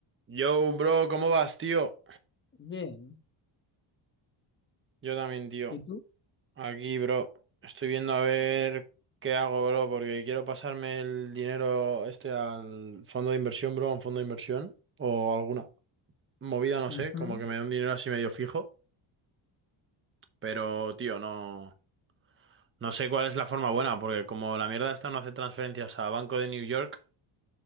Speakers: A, on the right; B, on the left.
A: Yo, bro, ¿cómo vas, tío?
B: Bien.
A: Yo también, tío.
B: ¿Y tú?
A: Aquí, bro. Estoy viendo a ver qué hago, bro, porque quiero pasarme el dinero este al fondo de inversión, bro, a un fondo de inversión o alguna movida, no
B: Ujú.
A: sé, como que me dé un dinero así medio fijo, pero, tío, no no sé cuál es la forma buena, porque como la mierda esta no hace transferencias a Banco de New York,